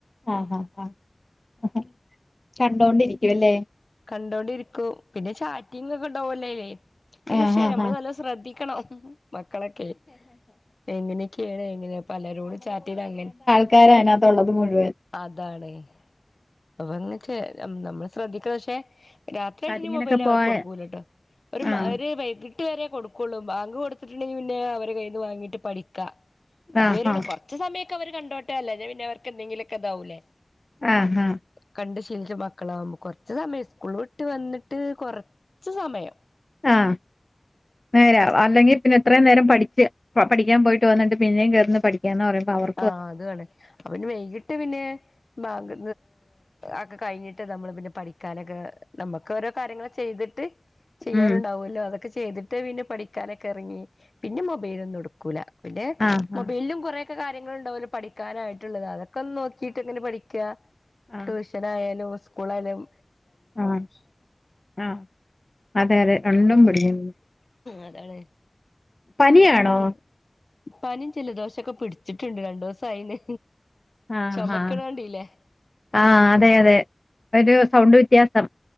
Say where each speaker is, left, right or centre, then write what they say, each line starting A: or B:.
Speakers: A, on the left (about 50°); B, on the left (about 80°).
A: ആഹ് ആഹ് ആഹ് കണ്ടോണ്ടിരിക്കുവല്ലേ
B: കണ്ടോണ്ടിരിക്കു പിന്നെ ചാറ്റിങ്ങ് ക്കെ ണ്ടവല്ലേയ്ല്
A: ആഹ് ഹാ
B: നമ്മള്
A: ഹാ
B: നല്ലോം ശ്രദ്ധിക്കണം മക്കളൊക്കെ എങ്ങനെയക്കെയാണ് എങ്ങനെയ പലരോടും ചാറ്റീ അങ്ങനെ
A: ക്കാര അയ്നകത്തുള്ളത് മുഴുവൻ
B: അതാണ് അപ്പൊ നമ്മൾ ശ്രദ്ധിക്കണം ക്ഷെ രാത്രിയായിട്ട്
A: ചാറ്റിങ്ങിനൊക്കെ
B: മൊബൈൽ
A: പോയ
B: അവർക്ക് കൊടുക്കൂലട്ടോ ഒരു മൈ
A: ആഹ്
B: ഒരു വൈകി ട്ട് രെ കൊടുക്കുള്ളൂ ബാങ്ക് കൊടുത്തിട്ടുണ്ടെങ്കിൽ പിന്നെ അവരെ കയ്ന്ന് വാങ്ങിട്ട് പഠിക്കാ അതുവരെയുള്ള
A: ആഹ് ആഹ്
B: കൊ റച് സമയൊക്കെ അവര് കണ്ടോട്ടെ അല്ലാഞ്ഞാൽ പിന്നെ അവർക്കെന്തെങ്കിലുമോക്കെ താവൂല്ലേ
A: ആഹ് ആഹ്
B: കണ്ട് ശീലിച്ച മക്കളാവുമ്പോ കൊറച്ച് സമയം സ്കൂള ഇട്ട് വന്നിട്ട് കൊറച്ച് സമയം
A: ആഹ് നേരാ അല്ലെങ്കിൽ പിന്നെ എത്രയും നേരം പഠിച്ച് പഠിക്കാൻ പോയിട്ട് വന്നിട്ടണ്ട് പിന്നെയും കേർന്ന് പഡി ന്ന് പറിമ്പോ അവര്
B: ആഹ് അതു ആണ് അപ്പോ വൈകിട്ട് പിന്നെ ബാങ്ക് ഒക്കെ കഴിഞ്ഞിട്ട് നമ്മള് പിന്നെ പഠിക്കാനൊക്കെ നമുക്ക് ഓരോ കാര്യങ്ങൾ ചെയ്തി ട്ട് ചെയ്യാനുണ്ടാവുല്ലോ
A: ഉം
B: അതൊക്കെ ചെയ്തിട്ട് പിന്നെ പഠിക്കാനൊക്കെ ഇറങ്ങി പിന്നെ മൊബൈലൊന്നും ടുക്കൂല പിന്നെ
A: ആഹ്
B: മൊബൈലിലും
A: ആഹ്
B: കുറെക്കെ കാര്യങ്ങളൾ ഉണ്ടാവല്ലോ പഠിക്കാനായിട്ടുള്ളത് അതൊ നോക്കിട്ട് ങ്ങനെ പഠിക്ക
A: ആഹ്
B: ട്യൂഷൻ ആയാലും സ്കൂൾ ആയാലും
A: ആഹ് ആഹ് അതെ അതെ രണ്ടും പിടിക്ക
B: അതാണ്
A: പനിയാണോ
B: പിന്നെ പനിയും ജലദോശൊക്കെ പിടിച്ചിട്ടുണ്ട് രണ്ടീസം ആയിന്
A: ആഹ്
B: ചുമക്കണ
A: ആഹ്
B: കണ്ടില്ലേ
A: ആഹ് അതെ അതെ ഒരു സൗണ്ട് വ്യത്യാസം